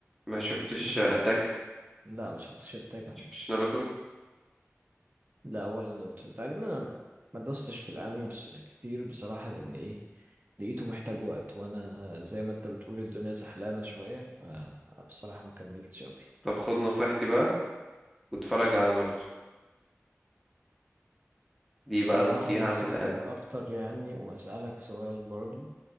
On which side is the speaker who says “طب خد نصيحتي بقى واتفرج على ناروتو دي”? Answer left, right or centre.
Centre